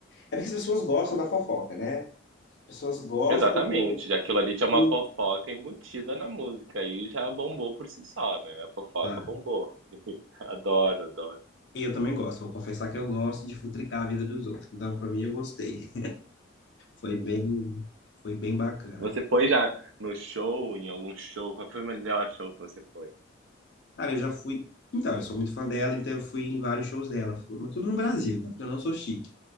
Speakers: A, on the left; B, on the right.
A: É porque as pessoas gostam da fofoca, né? Pessoas gostam
B: Exatamente,
A: do,
B: já aquilo ali tinha uma
A: do-
B: fofoca embutida na música e já bombou por si só, né? A fofoca
A: Claro.
B: bombou. <laughs> Adoro, adoro.
A: E eu também gosto, vou confessar que eu gosto de futricar a vida dos outros. Então, pra mim, eu gostei. Foi bem, foi bem bacana.
B: Você foi já no show, em algum show? Qual foi o melhor show que você foi?
A: Cara, eu já fui. Então, eu sou muito fã dela, então eu fui em vários shows dela. Fui, mas tudo no Brasil, tá? Porque eu não sou chique.